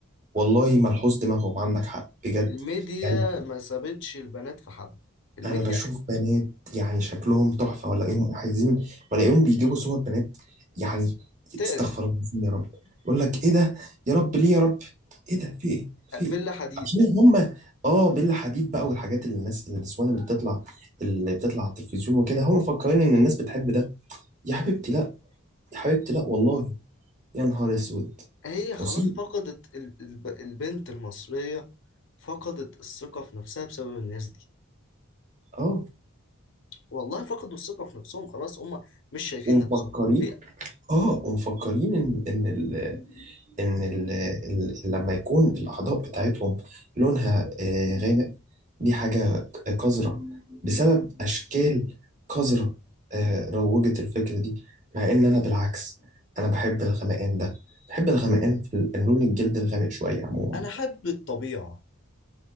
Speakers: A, on the right; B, on the left.
A: والله ملحوظ دماغهم عندك حق بجد
B: الميديا
A: يعني
B: ما سابتش البنات في حالها الميديا
A: انا بشوف بنات يعني شكلهم تحفه ولاقيهم عايزين ولاقيهم بيجيبوا صور بنات يعني
B: تقرح
A: استغفر الله العظيم يا رب يقول لك ايه ده يا رب ليه يا رب ايه ده في ايه في
B: بلا
A: ايه
B: حديد
A: عشان هم اه بيلا حديد بقى والحاجات اللي الناس النسوان اللي بتطلع اللي بتطلع على التلفزيون وكده هم مفكرين ان الناس بتحب ده يا حبيبتي لا يا حبيبتي لا والله يا نهار اسود
B: هي خلاص
A: مصيبه
B: فقدت ال- الب- البنت المصرية فقدت الثقة في نفسها بسبب الناس دي
A: اه
B: والله فقدوا الثقة في نفسهم خلاص هم مش شايفين
A: ومفكرين
B: نفسهم هي-
A: اه ومفكرين ان ان ال ان ال ال لما يكون الاعضاء بتاعتهم لونها آه، غامق دي حاجه قذره بسبب اشكال قذره آه، روجت الفكره دي مع ان انا بالعكس انا بحب الغمقان ده بحب الغمقان في ال- لون الجلد الغامق شويه عموما
B: انا احب الطبيعة